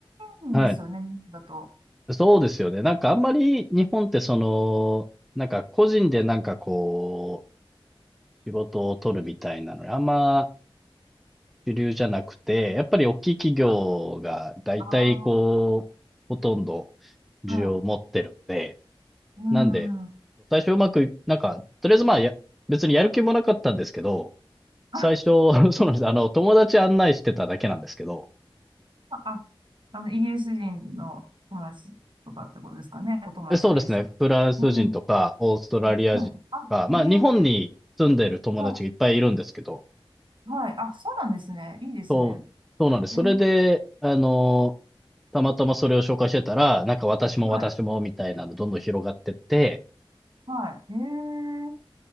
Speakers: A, on the right; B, in the centre.
A: メインですよね、
B: はい。
A: だと。
B: そうですよね。なんかあんまり日本ってその、なんか個人でなんかこう、仕事を取るみたいなのにあんま主流じゃなくて、やっぱり大きい企業が大体こう、
A: あ
B: ほとんど需要を持ってるんで、
A: あ、はい。う
B: なんで、
A: ん。
B: 最初うまくい、なんか、とりあえずまあや、別にやる気もなかったんですけど、
A: <laughs>
B: 最初、<laughs> そうなんです。あの、友達案内してただけなんですけど、
A: あ、あの、イギリス人の友達とかってことですかね。お友達がいらっしゃる。
B: えそうですね。フランス人とか、
A: うん。
B: オーストラリア人とか、
A: あ、はい。あ、
B: まあ日本に住んでる友達がいっぱいいるんですけど、
A: ええはい。はい。あ、そうなんですね。いいですね。
B: そう、そうなんです。
A: えー、
B: それで、あの、たまたまそれを紹介してたら、なんか私も私もみたいなのどんどん広がってって、
A: はい。はい。ええ